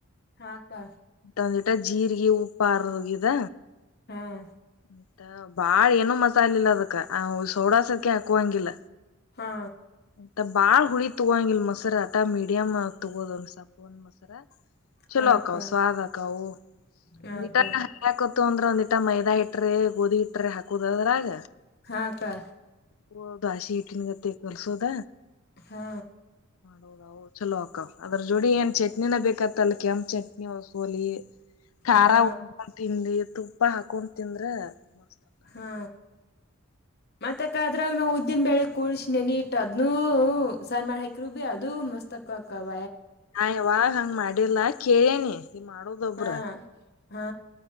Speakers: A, on the left; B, on the left.
A: ಹಾಕ್ಕಾ.
B: ಒಂದಿಟ ಜೀರ್ರಿಗೆ ಉಪ್ಪ ಅರದ ವಗ್ಯುದ.
A: ಹ್ಮ್.
B: ಮತ್ತಾ ಬಾಳ್ ಏನು ಮಸಾಲೆ ಇಲ್ಲ ಅದಕ್ಕ ಸೋಡಾ ಸಕೆ ಹಾಕುವಂಗಿಲ್ಲ
A: ಹಾ
B: ಮತ್ತ ಬಾಳ್ ಹುಳಿ ತೊಗೋಂಗಲ್ ಮೊಸರ ಅಟಾ ಮೀಡಿಯಮ್ ತಗೋದ ಒಂದ್ ಸಪ್ಪ ಒಂದ್ ಮೊಸರ ಚಲೋ
A: ಹಾ ಅಕ್ಕ
B: ಆಕ್ಕಾ ಸ್ವಾದ ಆಕಾ ಒಂದಿಟ
A: ಹಾ ಅಕ್ಕ
B: ಹರಿಕತ ಅಂದ್ರ ಒಂದಿಟ ಮೈದಾ ಇಟ್ರೆ ಗೋಧಿ ಇಟ್ರ ಹಾಕುದದ್ರಾಗ
A: ಹಾ ಸ
B: ಹಓ ಹೌದು ಆಶಿ ಇಟ್ಟನ್ ಗತ್ತ ಕಲ್ಸೋದ
A: ಹಾ
B: ಹೌದ ಚಲೋ ಅಕ್ಕ ಅದ್ರ ಜೋಡಿ ಏನ್ ಚಟ್ನಿನ ಬೇಕತ್ತ ಅಲ್ಲಿ ಕೆಂಪ ಚಟ್ನಿ ಸೋಲಿ ಖಾರ
A: ಹಾ
B: ಉಡ್ಕೊಂಡು ತಿನ್ಿ ತುಪ್ಪ ಹಾಕೊಂಡ್ ತಿಂದ್ರೆ ಮಸ್ತ್ ಅಕ್ಕವ್
A: ಹಾ ಮತ್ತಕ್ಕ ಅದ್ರಾಗ ನಾವವು ಉದ್ದಿನ ಬೆಳಗ್ ಕೂರ್ಸಿನೆ ನೀಟ್ದ್ನುೂ ಸಣ್ಣ ಮಾಡ ಹಾಕರು ಬಿೀ ಅದು ಮಸ್ತಕ ಕವ
B: ನಾ್ವಾಗ ಹಂಗ ಮಾಡಿಲ್ಲ ಕೇಳೇನಿ ಈ ಮಾಡೋದೊಬ್ರ
A: ಹಾ ಹಾ